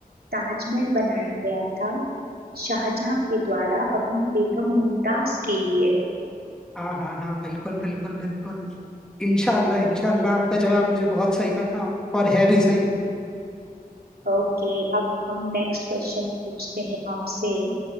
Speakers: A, on the right (about 80°); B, in the centre.
A: ताजमहल बनाया गया था शाहजहां के द्वारा अपनी बेगम मुमताज के लिए
B: हाँ हाँ हाँ बिल्कुल बिल्कुल बिल्कुल इंशाल्लाह इंशाल्लाह आपका जवाब मुझे बहुत सही लगा और है भी सही
A: ओके अब हम नेक्स्ट क्वेश्चन पूछते हैं आपसे